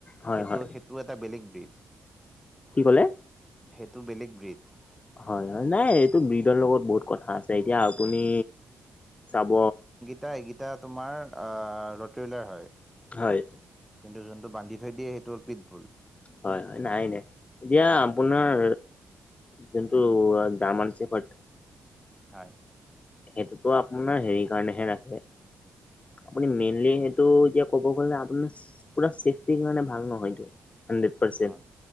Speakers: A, on the left; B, in the centre.
A: হয়
B: সেইটো
A: হয়
B: সে টো এটা বেলেগ দেট
A: কি ক'লে
B: সেইটো বেলেগ ব্ৰীদ
A: হয় হয় নাই এইটো ব্ৰীডৰ লগত বহুত কথা আছে এতিয়া আপুনি
B: বহুত
A: চাব
B: টা এইকেইটা তোমাৰ অ ৰতইলাৰ হয়
A: হয়
B: কিন্তু যোনটো বান্ধি থৈ দিয়ে সেইটো হল পিতবুল
A: হয় হয় নাই নাই এতিয়া আপোনাৰ যোনটো দামান চেপত
B: হয়
A: সেইটোতো আপোনাৰ হেৰি কাৰণেহে ৰাখে আপুনি মেইনলি সেইটো এতিয়া ক'ব গ'লে আপোনাৰ পুৰা চেফটিৰ কাৰণে ভাল নহয়তো হানড্ৰেড পাৰ্চেট
B: হয়,